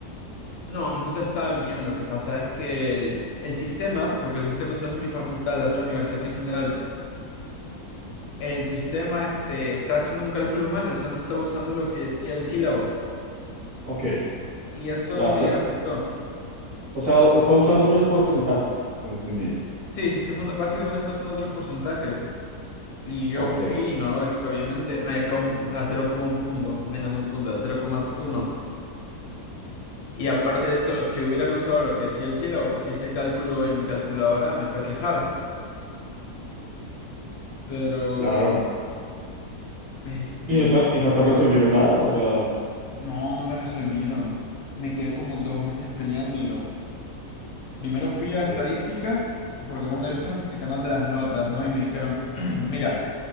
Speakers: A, on the left; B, on the right.
A: No, mi nota estaba bien. Lo que pasa es que el, el sistema, porque el sistema no lo hace mi facultad, lo hace la universidad en general. El sistema este, está haciendo un cálculo mal, o sea, no está usando lo que decía el sílabo.
B: Ok.
A: Y eso
B: Ah,
A: me
B: o sea,
A: afectó.
B: o sea, o- está usando otros porcentajes. Como entendí.
A: Sí, sí, estos son, básicamente estos son otros porcentajes. Y yo
B: Ok,
A: fui, no, este, obviamente, me acá un- a 0, un punto, menos de un punto, a 0,1. Y aparte de eso, si hubieran usado lo que decía el sílabo, porque hice cálculo en calculadora, me fue a quejar. Pero,
B: claro.
A: este,
B: ¿Y no
A: no,
B: te, y no te resolvieron nada? O sea,
A: no, no me resolvieron. Me quedé como dos meses peleándolo. Primero fui a
B: oye,
A: estadística, porque bueno, ellos son los que se encargan de las notas, ¿no? Y me dijeron, <clears throat> mira,